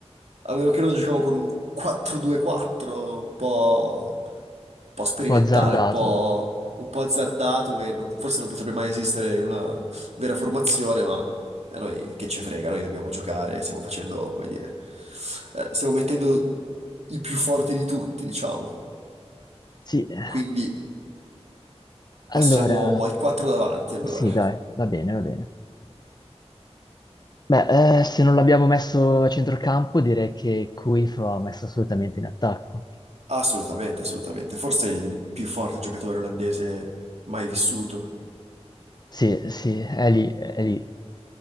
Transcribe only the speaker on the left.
ho azzardato.
Sì, eh,
allora,
sì, dai, va bene, va bene. Beh, eh, se
non l'abbiamo messo a centrocampo, direi che Cruyff va messo assolutamente in attacco.
Sì, sì, è lì, è lì,